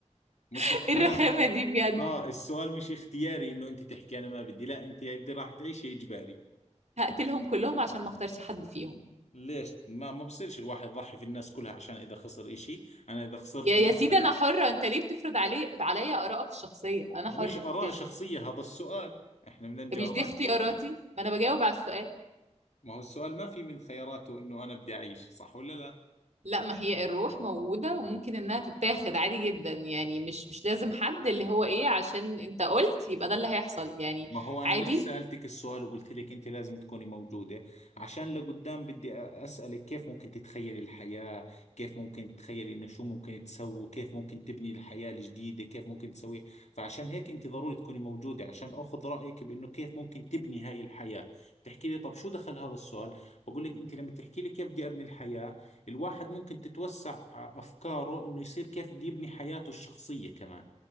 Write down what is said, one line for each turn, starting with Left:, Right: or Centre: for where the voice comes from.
Left: مش
Right: <laughs>
Left: اختيار
Right: ايه الرخامه
Left: م...
Right: دي بجد
Left: اه السؤال مش اختياري انه انت تحكي انا ما بدي لا انت بدي راح تعيشي اجباري
Right: هقتلهم كلهم عشان ما اختارش حد فيهم
Left: ليش ما ما بصيرش الواحد يضحي في الناس كلها عشان اذا خسر اشي انا اذا خسرت
Right: يا يا
Left: مثلا
Right: سيدي انا حره انت ليه بتفرض علي عليا ارائك الشخصيه انا
Left: مش
Right: حره
Left: اراء
Right: مش
Left: شخصيه هذا السؤال احنا بدنا نجاوب
Right: مش دي
Left: على
Right: اختياراتي
Left: السؤال
Right: ما انا بجاوب على السؤال
Left: ما هو السؤال ما في من خياراته انه انا بدي اعيش صح ولا لا
Right: لا ما هي الروح موجودة وممكن انها تتاخد عادي جدا يعني مش مش لازم حد اللي هو ايه عشان انت قلت يبقى ده اللي هيحصل يعني
Left: ما هو أنا
Right: عادي
Left: ليش سألتك السؤال وقلت لك أنت لازم تكوني موجودة عشان لقدام بدي أسألك كيف ممكن تتخيلي الحياة كيف ممكن تتخيلي إنه شو ممكن تسووا كيف ممكن تبني الحياة الجديدة كيف ممكن تسوي فعشان هيك أنت ضروري تكوني موجودة عشان أخذ رأيك بإنه كيف ممكن تبني هاي الحياة تحكي لي طب شو دخل هذا السؤال بقول لك أنت لما تحكي لي كيف بدي أبني الحياة الواحد ممكن تتوسع أفكاره إنه يصير كيف بده يبني حياته الشخصية كمان